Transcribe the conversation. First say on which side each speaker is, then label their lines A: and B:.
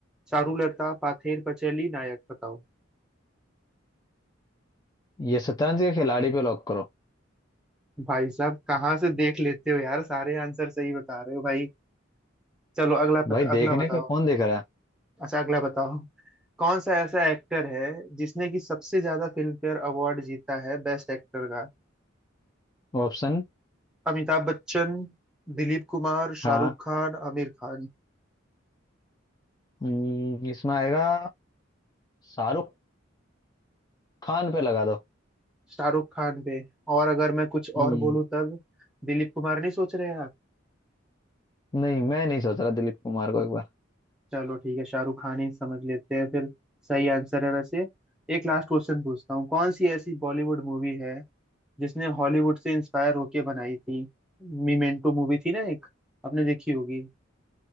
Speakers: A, in the centre; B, on the left.
A: चारुलता पाथेर पचैली नायक बताओ
B: ये शतरंज के खिलाड़ी पे लॉक करो
A: भाई साहब कहाँ से देख लेते हो यार सारे आंसर सही बता रहे हो भाई चलो अगला पता
B: भाई
A: अगला
B: देखने
A: बताओ
B: का कौन देख रहा है
A: अच्छा अगला बताओ कौन सा ऐसा एक्टर है जिसने की सबसे ज्यादा फिल्म फेयर अवार्ड जीता है बेस्ट एक्टर का
B: ऑप्शन
A: अमिताभ बच्चन दिलीप कुमार
B: हाँ
A: शाहरुख खान आमिर खान
B: हम्म, इसमें आएगा शाहरुख खान पे लगा दो
A: शाहरुख खान पे और अगर मैं कुछ
B: हम्म
A: और बोलूं तब दिलीप कुमार नहीं सोच रहे आप
B: नहीं मैं नहीं सोच रहा दिलीप कुमार को एक बार
A: चलो ठीक है शाहरुख खान ही समझ लेते हैं फिर सही आंसर है वैसे एक लास्ट क्वेश्चन पूछता हूँ कौन सी ऐसी बॉलीवुड मूवी है जिसने हॉलीवुड से इंस्पायर होके बनाई थी मीमेंटो मूवी थी ना एक आपने देखी होगी